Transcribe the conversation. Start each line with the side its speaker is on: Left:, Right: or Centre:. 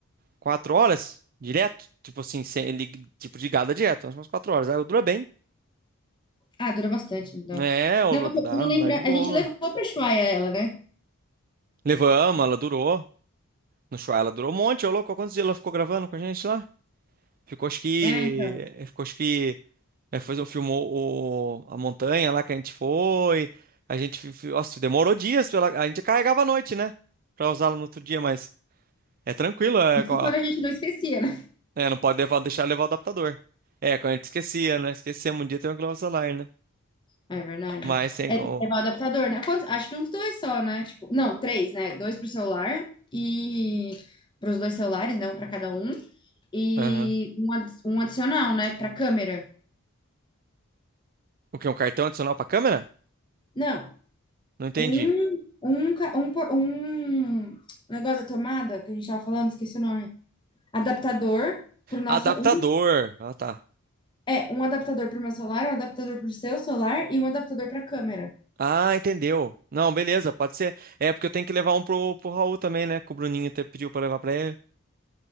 Right: quatro horas direto. Tipo assim, sem, ele- tipo de gada direto. Acho umas quatro horas. Aí dura bem.
Left: Ah, dura bastante, então.
Right: É, ô
Left: Não,
Right: louco,
Left: porque
Right: dá,
Left: eu não lembra.
Right: dá de boa.
Left: A gente levou para o Ushuaia ela, né?
Right: Levamos, ela durou. No show ela durou um monte, ô louco. Quantos dias ela ficou gravando com a gente lá? Ficou acho que.
Left: É, então.
Right: eh, Ficou acho que. eh, Foi, filmou o- a montanha lá que a gente foi. A gente. fi- fi- Nossa, demorou dias. pra ela- a gente carregava à noite, né? Pra usá-la no outro dia, mas. É tranquilo, é.
Left: Isso
Right: com a-
Left: quando a gente não esquecia, né?
Right: é, não pode levar, deixar levar o adaptador. É, quando a gente esquecia, né? Esquecemos um dia tem que levar o celular, né?
Left: É verdade.
Right: Mas tem.
Left: É,
Right: O,
Left: tem que levar o adaptador, né? Quantos- acho que uns dois só, né? Tipo, não, três, né? Dois pro celular e para os dois celulares, né? Um para cada um. E
Right: aham.
Left: um, adi- um adicional, né? Para câmera.
Right: O que? Um cartão adicional pra câmera?
Left: Não.
Right: Não entendi.
Left: Um, um, ca- um, por- um negócio da tomada que a gente tava falando, esqueci o nome. Adaptador pro nosso.
Right: Adaptador.
Left: Um,
Right: Ah, tá.
Left: é, um adaptador pro meu celular, um adaptador pro seu celular e um adaptador pra câmera.
Right: Ah, entendeu. Não, beleza, pode ser. É porque eu tenho que levar um pro, pro Raul também, né? Que o Bruninho até pediu pra levar pra ele.